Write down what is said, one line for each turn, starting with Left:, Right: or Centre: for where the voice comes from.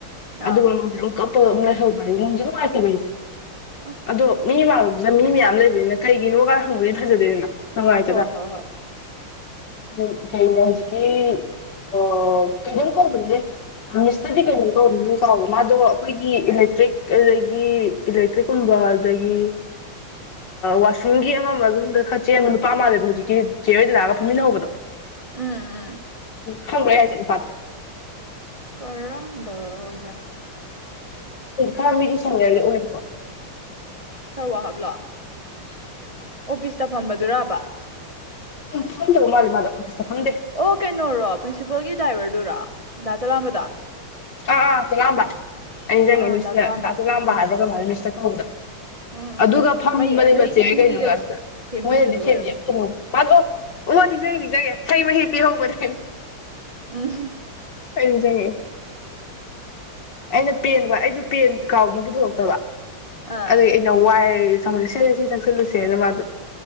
Right: ꯑꯥ
Left: ꯑꯗꯨ <unintelligible> ꯀꯞꯄ ꯑꯝ ꯂꯩꯍꯧꯕ ꯅꯨꯡꯁꯨ ꯅꯨꯉꯥꯏꯇꯕ ꯑꯩꯁꯦ
Right: ꯑꯁ
Left: ꯑꯗꯣ ꯃꯤ ꯃꯥꯡꯗꯨꯗ ꯃꯤ ꯃꯌꯥꯝ ꯂꯩꯕꯅꯤꯅ ꯀꯩꯒꯤꯅꯣꯒ ꯍꯪꯕꯗꯤ ꯐꯖꯗꯦꯗꯅ ꯅꯨꯡꯉꯥꯏ
Right: ꯍꯣꯏ ꯍꯣꯏ ꯍꯣꯏ
Left: ꯎ ꯀꯩꯅꯣ ꯍꯧꯖꯤꯛꯀꯤ ꯑꯥ ꯀꯩꯅꯣꯝ ꯀꯧꯕꯅꯦ ꯃꯤꯁꯇꯗꯤ ꯀꯩꯅꯣꯝ ꯀꯧꯕꯅꯤ ꯀꯥꯎꯔꯦ ꯃꯥꯗꯣ ꯑꯩꯈꯣꯏꯒꯤ ꯏꯂꯦꯛꯇ꯭ꯔꯤꯛ ꯑꯗꯒꯤ ꯏꯂꯦꯛꯇ꯭ꯔꯤꯛꯀꯨꯝꯕꯗꯒꯤ ꯋꯥꯁꯔꯨꯝꯒꯤ ꯑꯃꯃ ꯗꯨꯝꯕ ꯈꯥꯆꯦꯕ ꯅꯨꯄꯥ ꯃꯥ ꯍꯧꯖꯤꯛꯀꯤ ꯆꯦ ꯔꯕꯅꯒ ꯐꯝꯃꯤꯟꯅꯍꯧꯕꯗꯣ
Right: ꯎꯝ ꯎꯝ
Left: ꯈꯪꯗ꯭ꯔꯣ ꯑꯩ ꯍꯥꯏꯁꯦ ꯑꯝꯇ
Right: ꯀꯔꯝꯕ ꯑꯣꯏꯖꯥꯠꯅꯣ
Left: <unintelligible> ꯈꯥ ꯃꯤꯗꯨ ꯁꯦꯟꯌꯔꯗꯤ ꯑꯣꯏꯌꯦꯕꯀꯣ
Right: ꯈꯔ ꯋꯥ ꯍꯕꯂꯣ
Left: <inaudible>
Right: ꯑꯣꯐꯤꯁꯇ ꯐꯝꯕꯗꯨꯔꯕ
Left: ꯊ ꯇꯧ ꯃꯥꯂꯤ ꯃꯥꯗꯣ ꯐꯝꯗꯦ
Right: ꯑꯣ ꯀꯩꯅꯣꯔꯣ ꯄ꯭ꯔꯤꯟꯁꯤꯄꯜꯒꯤ ꯗ꯭ꯔꯥꯏꯚꯔꯗꯨꯔ ꯗꯥ ꯆꯥꯂꯝꯕꯗꯣ
Left: ꯑꯥ ꯑꯥ ꯆꯥꯂꯝꯕ ꯑꯩ ꯅꯤꯡꯖꯪꯉꯦ
Right: ꯑꯥ
Left: ꯃꯤꯁꯅ
Right: ꯆꯂꯥꯝꯕ
Left: ꯗꯥ ꯆꯥꯂꯥꯝꯕ
Right: ꯎꯝ
Left: ꯍꯥꯏꯕ꯭ꯔ
Right: ꯎꯝ
Left: ꯀꯩꯅꯣꯝ ꯍꯥꯏꯕ ꯃꯤꯁ <inaudible>
Right: ꯎꯝ ꯎꯝ
Left: ꯑꯗꯨꯒ ꯐꯝꯃ
Right: ꯃꯩ ꯅꯣꯏ
Left: ꯆꯥ꯭ꯔ
Right: ꯏꯁꯤꯡꯒꯤꯒ
Left: ꯒꯩꯗꯨꯗ
Right: ꯁꯦꯝꯕꯤꯕꯗꯣ
Left: ꯃꯣꯏꯅꯗꯤ
Right: ꯑꯣꯏꯔꯝꯅꯤ
Left: <unintelligible> ꯃꯥꯗꯑꯣ ꯑꯣ ꯅꯤꯡꯖꯪꯑꯦ ꯅꯤꯡꯖꯪꯉꯦ ꯍꯩ ꯃꯍꯤ ꯄꯤ ꯍꯧꯕꯅꯦ
Right: ꯎꯝ
Left: ꯑꯩꯪ <unintelligible> ꯑꯩꯅ ꯄꯦꯟꯕ ꯑꯩꯁꯨ ꯄꯦꯟ ꯀꯥꯎꯅ ꯄꯨꯊꯣꯔꯛꯇꯕ
Right: ꯑꯥ
Left: ꯑꯗꯩ ꯑꯩꯅ ꯋꯥꯏ ꯆꯪꯁꯤꯜꯂꯨꯁꯦ ꯆꯪꯁꯤꯜꯂꯨꯁꯦꯅ ꯃꯥꯗꯣ